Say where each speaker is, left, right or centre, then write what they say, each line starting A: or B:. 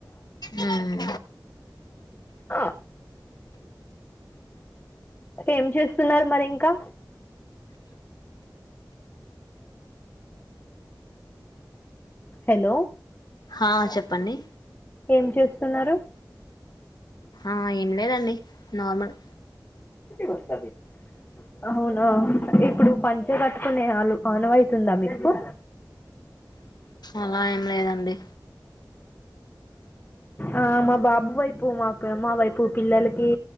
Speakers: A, on the left; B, on the left.
A: మ్మ్
B: ఆ ఏం చేస్తున్నారు మరి ఇంకా హలో
A: హా చెప్పండి
B: ఏం చేస్తున్నారు
A: ఆ ఏమి లేదండి నార్మల్
B: ఇది వస్తది అవునా ఇప్పుడు పంచ కట్టుకునే వాళ్ళు ఆన్ అవుతుందా మీకు
A: అలా ఏం లేదండి
B: ఆ మా బాబు వైపు మా మా వైపు పిల్లలకి